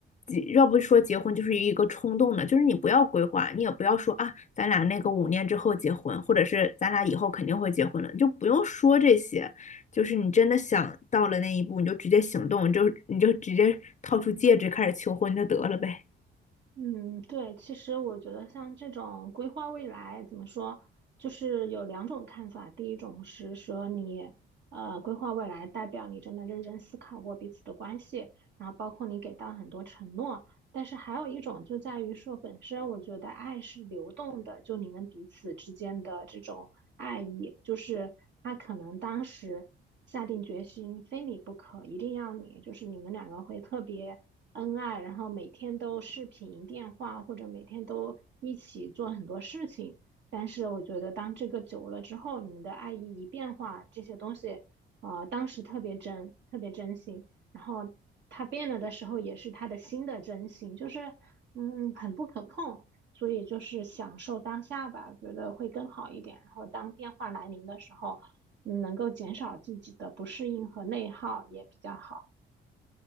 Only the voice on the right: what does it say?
嗯，对，其实我觉得像这种规划未来，怎么说，就是有两种看法。第一种是说你，呃，规划未来代表你真的认真思考过彼此的关系，然后包括你给到很多承诺。但是还有一种就在于说，本身我觉得爱是流动的，就你们彼此之间的这种爱意，就是他可能当时下定决心非你不可，一定要你，就是你们两个会特别。恩爱，然后每天都视频电话或者每天都一起做很多事情。但是我觉得，当这个久了之后，你们的爱意一变化，这些东西，呃，当时特别真，特别真心。然后他变了的时候，也是他的新的真心，就是嗯，很不可控。所以就是享受当下吧，觉得会更好一点。然后当变化来临的时候，嗯能够减少自己的不适应和内耗也比较好。